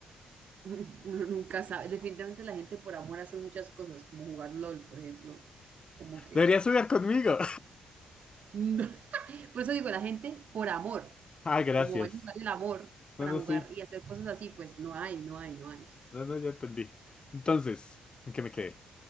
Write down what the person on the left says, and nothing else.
Deberías jugar conmigo.
Ah, gracias.
No, no,
sí.
No, no, ya entendí. Entonces, ¿en qué me quedé?